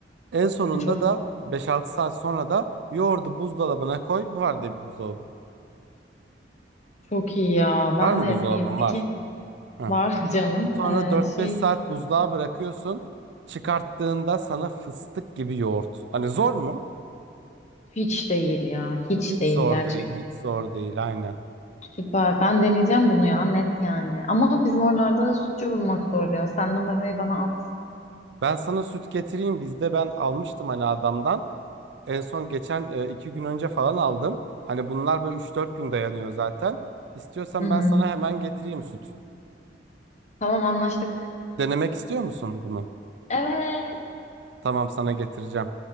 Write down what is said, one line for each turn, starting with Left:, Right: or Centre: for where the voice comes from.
Right: En sonunda
Left: E, Çok
Right: da beş altı saat sonra da yoğurdu buzdolabına koy. Var de buzdolabı.
Left: çok iyi ya. Ben
Right: Var mı
Left: de
Right: buzdolabın?
Left: yapayım. Peki
Right: Var. Hı
Left: var <laughs> canım.
Right: Sonra
Left: Ee,
Right: dört
Left: şey
Right: beş saat buzluğa bırakıyorsun. Çıkarttığında sana fıstık gibi yoğurt. Hani zor mu?
Left: hiç değil ya. Hiç
Right: Hiç
Left: değil
Right: zor
Left: gerçek.
Right: değil, hiç zor değil aynen.
Left: Süper. Ben deneyeceğim bunu ya net yani. Ama bizim oralarda da sütçü bulmak zor ya. Sen numarayı bana at.
Right: Ben sana süt getireyim. Bizde ben almıştım hani adamdan. En son geçen e, iki gün önce falan aldım. Hani bunlar böyle üç dört gün dayanıyor zaten. İstiyorsan
Left: Hı hı.
Right: ben sana hemen getireyim süt.
Left: Tamam anlaştık.
Right: Denemek istiyor musun bunu?
Left: Evet.
Right: Tamam sana getireceğim.